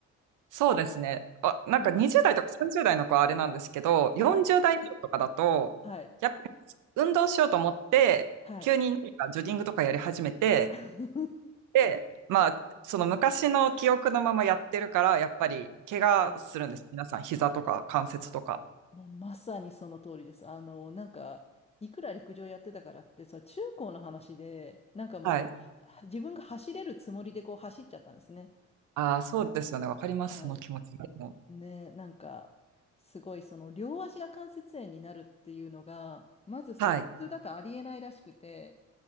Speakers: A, on the right (about 85°); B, on the left (about 20°).
A: そうですね。あ、なんか20代とか30代の子はあれなんですけど、
B: <laughs>
A: 40代以上とかだと、
B: はい、はい、
A: やっぱり運動しようと思って、
B: はい。
A: 急に何かジョギングとかやり始めて、
B: <laughs>
A: で、まあ、その昔の記憶のままやってるから、やっぱり怪我するんです。
B: いや、
A: 皆さん、膝とか関節とか。
B: もうまさにその通りです。あの、なんか、いくら陸上やってたからって、それ中高の話で、なんかもう、
A: はい。
B: は自分が走れるつもりでこう走っちゃったんですね。
A: ああ、そうですよね。わかります。
B: はい。
A: その気持ちがも
B: ね、なんか、すごいその両足が関節炎になるっていうのが、まずその普通だとありえないらしくて、
A: う。はい。